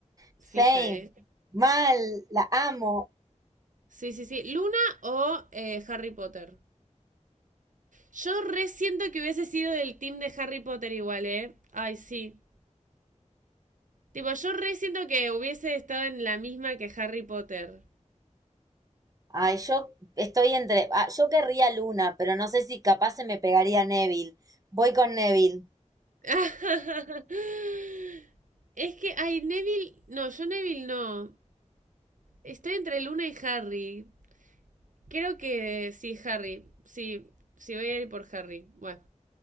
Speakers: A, on the right (about 30°); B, on the right (about 90°).
A: Same.
B: Fija, ¿eh?
A: Mal, la amo.
B: Sí, sí, sí. ¿Luna o eh, Harry Potter? Yo re siento que hubiese sido del team de Harry Potter igual, ¿eh? Ay, sí. Tipo, yo re siento que hubiese estado en la misma que Harry Potter.
A: Ay, yo estoy entre. ah, yo querría Luna, pero no sé si capaz se me pegaría Neville. Voy con Neville.
B: <laughs> Es que, ay, Neville. No, yo Neville no. Estoy entre Luna y Harry. Creo que sí, Harry. Sí, sí, voy a ir por Harry. Bueno.